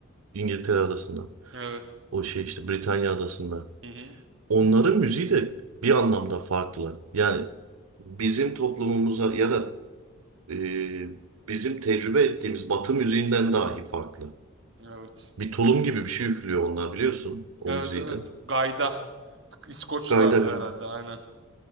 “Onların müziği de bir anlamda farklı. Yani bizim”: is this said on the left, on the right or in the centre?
Right